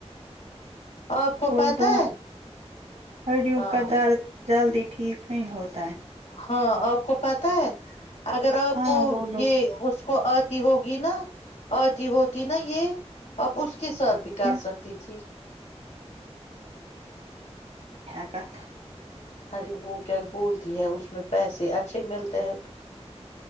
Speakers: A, on the left; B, on the right.
A: آپ کو
B: اور
A: پتہ
B: ب
A: ہے
B: ہڈوں
A: ہاں
B: کا دار <unintelligible> جلدی ٹھیک ک ہوس <unintelligible>
A: ہاں آپ کو پتا ہے اگر آپ
B: ہاں
A: کو
B: بولو
A: یہ اس کو آتی ہوگی <unintelligible> نا آتی ہوتی نا یہ آپ اس <unintelligible> کے ساتھ بھی
B: کیا
A: کر سکتی تھی <unintelligible>
B: کت <inaudible>
A: ارے وہ کیا بولتی ہے اس میں پیسے اچھے ملتے ہیں تو <unintelligible>